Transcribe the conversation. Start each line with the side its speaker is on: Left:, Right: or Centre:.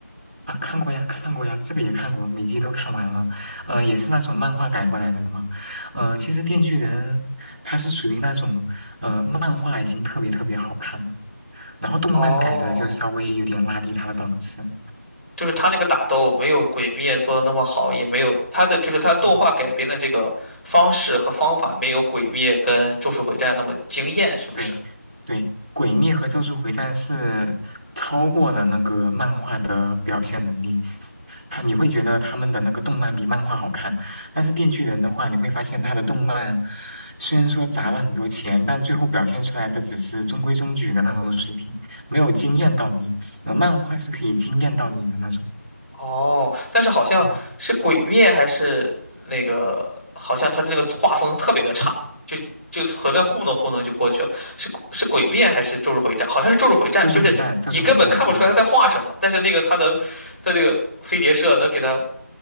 Right: 啊，看过呀，看过呀，这个也看过，每集都看完了。呃，也是那种漫画改过来的嘛。呃，其实《电锯人》它是属于那种，呃，漫画已经特别特别好看了，然后动漫改的就稍微有点拉低它的档次。
Left: 哦，就是他那个打斗没有《鬼灭》做的那么好，也没有他的就是他动画改编的这个方式和方法没有《鬼灭》跟《咒术回战》那么惊艳，
Right: 嗯。
Left: 是不是？
Right: 对，对，《鬼灭》和《咒术回战》是超过了那个漫画的表现能力，他你会觉得他们的那个动漫比漫画好看，但是《电锯人》的话，你会发现他的动漫虽然说砸了很多钱，但最后表现出来的只是中规中矩的那种水平，没有惊艳到你。呃，漫画是可以惊艳到你的那种。
Left: 哦，但是好像是《鬼灭》还是那个，
Right: 嗯，
Left: 好像他的那个画风特别的差，就就随便糊弄糊弄就过去了。是鬼是《鬼灭》还是《咒术回战》？好像是《咒术回战》，
Right: 《咒术回战》，
Left: 就是你根本看不出来他在画什么，
Right: 《咒术回战》对，
Left: 但是那个他能，他这个飞碟社能给他，